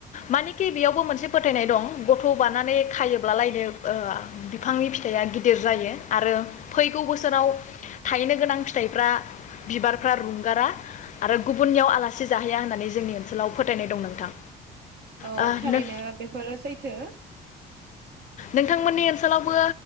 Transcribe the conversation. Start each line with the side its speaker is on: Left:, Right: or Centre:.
Left: मानिकि बेयावबो मोनसे फोथायनाय दं। गथ' बानानै खायोब्लालायनो ओ बिफांनि फिथाइया गिदिर जायो आरो फैगौ बोसोराव थायनो गोनां फिथाइफ्रा बिबारफ्रा रुंगारा आरो गुबुननियाव आल लासि जाहैया होननानै जोंनि ओनसोलाव फोथायनाय दं नोंथां।
Right: औ
Left: ओ
Right: थारैनो
Left: नों
Right: बेफोरो सैथो।
Left: नोंथांमोननि ओनसोलावबो